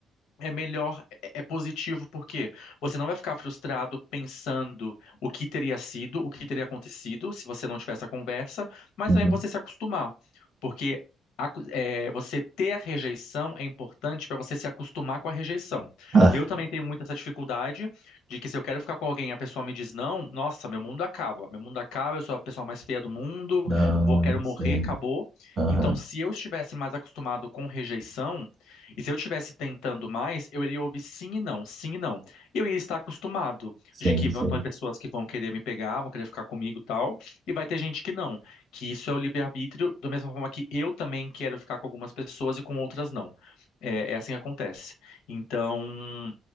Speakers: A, on the left (about 85°); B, on the right (about 45°).
A: é melhor, é é positivo, porque você não vai ficar frustrado pensando o que teria sido, o que teria acontecido se você não tivesse a conversa, mas
B: uhum.
A: também você se acostumar, porque a cu- é, você ter a rejeição é importante para você se acostumar com a rejeição.
B: Ah,
A: Eu também tenho muito essa dificuldade de que se eu quero ficar com alguém e a pessoa me diz não, nossa, meu mundo acaba, meu mundo acaba, eu sou a pessoa mais feia do mundo,
B: não,
A: vou, quero morrer,
B: sim.
A: acabou.
B: Aham.
A: Então, se eu estivesse mais acostumado com rejeição, e se eu estivesse tentando mais, eu iria ouvir sim e não, sim e não. E eu ia estar acostumado
B: Sim,
A: de que
B: sim.
A: vão ter pessoas que vão querer me pegar, vão querer ficar comigo e tal, e vai ter gente que não, que isso é o livre-arbítrio, da mesma forma que eu também quero ficar com algumas pessoas e com outras não. É, é assim que acontece. Então,